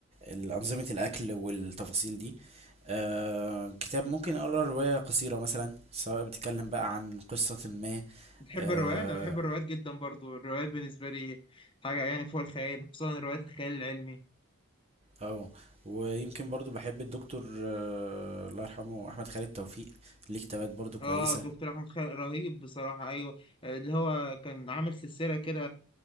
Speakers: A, on the right; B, on the left.
A: الأنظمة الأكل والتفاصيل دي آه كتاب ممكن اقرا روايه قصيره مثلا سواء بتتكلم بقى عن قصه ما
B: بتحب
A: آه
B: الروايات انا بحب الروايات جدا برضو الروايات بالنسبه لي حاجه يعني فوق الخيال خصوصا الروايات الخيال العلمي
A: او ويمكن برضو بحب الدكتور آه الله يرحمه احمد خالد توفيق ليه كتابات برضو كويسه
B: اه الدكتور احمد خالد رهيب بصراحه ايوه آه، اللي هو كان عامل سلسله كده